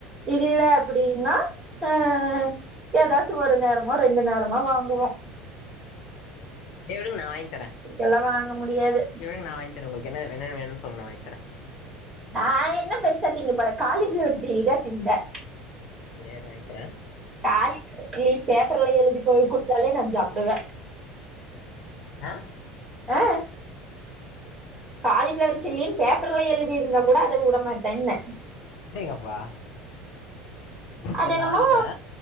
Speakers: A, on the right (about 30°); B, on the left (about 55°).
A: இல்ல
B: சரி
A: அப்டினா ஆ எதாச்சு ஒரு நேரமா ரெண்டு நேரமா வாங்குவோ
B: கேளுங்க நா வாங்கி தரே
A: எல்லா வாங்க முடியாது
B: கேளுங்க நா வாங்கி தரே உங்களுக்கு என்ன என்னென்ன வேணுனு சொல்லுங்க நா வாங்கி தரே
A: நா என்ன பெருச்சா திங்க போறே காலி ஃபிளவர் சில்லி தா திம்பே
B: ஏன் அது வாங்கிதரே
A: காலி ஃபிளவர் சில்லினு பேப்பர்ல்ல எழுதி போயி குடுத்தாலே நா சாப்பிடுவே
B: அ
A: அ காலிஃபிளவர் சில்லின்னு பேப்பர்ல எழுதிருந்தா கூட அத வுடமாட்டேனே
B: அடேங்கப்பா சேரி
A: அது என்னமோ
B: நா வாங்கி தரே